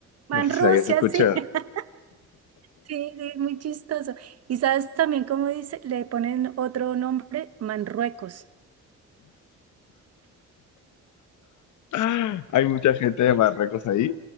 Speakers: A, on the right; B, on the left.
A: Man,
B: No sé
A: Rusia,
B: si la habías escuchado.
A: sí. <laughs> Sí, sí, es muy chistoso. Y sabes también cómo dice, le ponen otro nombre, Manruecos.
B: ¡Ah! Hay mucha gente de Marruecos ahí.